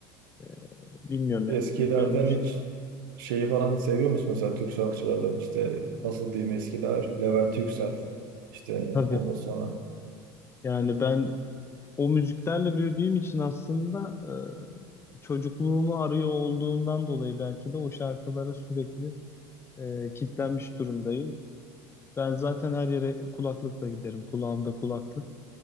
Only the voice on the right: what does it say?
Eskilerden
hiç şeyi falan seviyor musun mesela Türk sanatçılardan işte nasıl diyeyim eskiler Levent Yüksel işte
ondan sonra